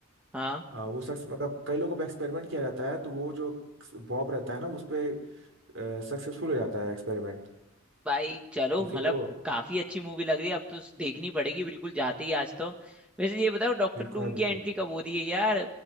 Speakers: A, in the centre; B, on the right (about 75°).
A: हाँ
B: अ, वो शख्स मतलब कई लोगों पर एक्सपेरिमेंट किया जाता है तो वो जो बॉब रहता है ना उस पे सक्सेसफुल हो जाता है एक्सपेरिमेंट
A: भाई चलो
B: तो फिर
A: मतलब
B: वो
A: काफी अच्छी मूवी लग रही है अब तो देखनी पड़ेगी बिल्कुल जाते ही आज तो वैसे ये बताओ डॉक्टर
B: बिल्कुल
A: डूम
B: है बिल्कुल
A: की एंट्री कब हो रही है यार